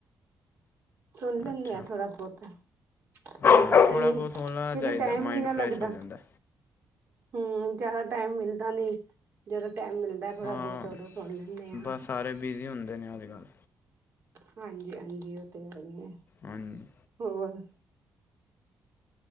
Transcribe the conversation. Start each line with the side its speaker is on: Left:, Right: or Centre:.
Right: ਸੁਣ ਲੈਂਦੇ
Left: ਅੱਛਾ
Right: ਆ ਥੋੜਾ ਬਹੁਤ
Left: ਹਾਂ
Right: ਜ਼ਿਆਦਾ ਤਾਂ
Left: ਥੋੜ੍ਹਾ
Right: ਨਹੀਂ
Left: ਬਹੁਤ ਸੁਣ
Right: ਕਿਉਂਕਿ
Left: ਲੈਣਾ ਚਾਹੀਦਾ
Right: ਟਾਈਮ
Left: ਮਾਇੰਡ
Right: ਨੀ ਨਾ
Left: ਫਰੈਸ਼
Right: ਲੱਗਦਾ
Left: ਹੋ ਜਾਂਦਾ
Right: ਹੂੰ ਜਿਆਦਾ ਟਾਈਮ ਮਿਲ ਇਦਾਂ ਨੀ ਜਦੋ ਟਾਈਮ ਮਿਲਦਾ ਥੋੜਾ
Left: ਹਾਂ
Right: ਬਹੁਤ ਉਦੋਂ ਸੁਣ ਲੈਂਨੇ ਹਾਂ।
Left: ਬਸ ਸਾਰੇ ਬਿਜ਼ੀ ਹੁੰਦੇ ਨੇ ਅੱਜ ਕੱਲ੍ਹ।
Right: ਹਾਂਜੀ ਹਾਂਜੀ ਉਹ ਤੇ ਹੈ ਹੀ ਹੈ।
Left: ਹਾਂਜੀ
Right: ਹੋਰ